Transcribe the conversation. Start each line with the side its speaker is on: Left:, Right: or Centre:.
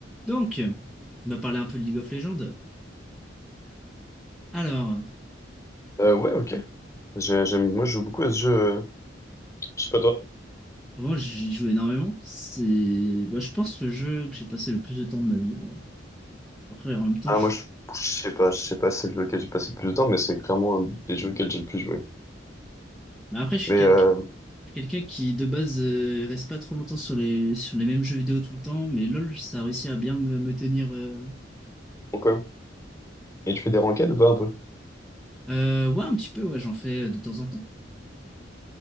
Centre: Donc, on va parler un peu de League of Legends. Alors,
Left: Euh, ouais, ok. J'ai- J'aime, moi, je joue beaucoup à ce jeu. euh. Je sais pas toi.
Centre: moi j'y joue énormément. C'est, bah, je pense, le jeu que j'ai passé le plus de temps de ma vie. En vrai. Après, en même temps,
Left: Ah,
Centre: je...
Left: moi, je, je sais pas, je sais pas si c'est le jeu auquel j'ai passé le plus de temps, mais c'est clairement un des jeux auxquels j'ai le plus joué.
Centre: bah, après, je suis
Left: Mais,
Centre: quelqu'un
Left: euh,
Centre: quelqu'un qui, de base, euh, reste pas trop longtemps sur les... sur les mêmes jeux vidéo tout le temps. Mais LoL, ça a réussi à bien me, me tenir. euh,
Left: ok. Et tu fais des ranked ou pas un peu?
Centre: euh, ouais, un petit peu, ouais, j'en fais euh, de temps en temps.